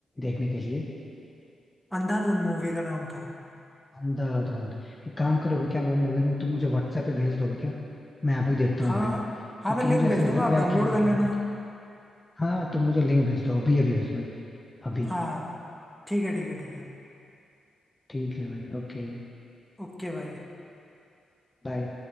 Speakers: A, on the left (about 20°); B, in the centre.
A: देखने के लिए
B: अंधाधुन मूवी का नाम था
A: अंधाधुंध एक काम करोगे क्या वो मूवी में तुम मुझे व्हाट्सएप पे भेज दोगे क्या मैं अभी देखता
B: हाँ
A: हूँ भाई
B: हाँ
A: क्योंकि
B: मैं लिंक
A: मुझे ऐसा
B: भेज दूंगा
A: लग
B: आप
A: रहा
B: डाउनलोड
A: है कि वो movie-
B: कर लेना
A: हाँ तुम मुझे लिंक भेज दो अभी अभी भेज दो भाई अभी
B: हाँ ठीक है ठीक है ठीक है
A: ठीक है भाई ओके
B: ओके भाई
A: बाय